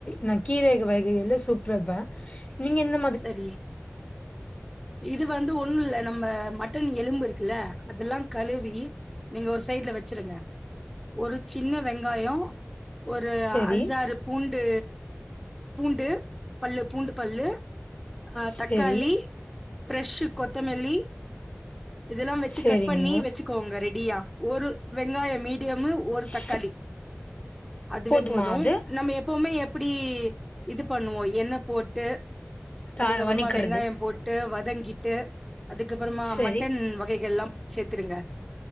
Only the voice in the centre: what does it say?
சரி இது வந்து ஒன்னு இல்ல நம்ம ம ட்டன் எலும்பு இருக்குல அதல்லா கழுவி நீங்க ஒரு சைட்ல வச்சிருங்க ஒரு சின்ன வெங்காயோ ஒரு
அஞ்சாறு பூண்டு பூண்டு பல்லு பூண்டு பல்லு ஆ
தக்காளி ஃப்ரெஷ் கொத்தமல்லி இதெல்லா வச்சு
கட் பண்ணி வச்சுக்கோங்க ரெடியா ஒரு வெங்காய மீடியமு ஒரு
தக்காளி அதுவே
போது
நம்ம எப்போமே எப் இப்டி இது பண்ணுவோ எண்ண போட்டு
அதுக்கப்பறமா
வெங்காயம் போட் டு வதங்கிட்டு அதுக்கப்பறமா
மட்டன் வகைகள் எல்லா சேத்துருங்க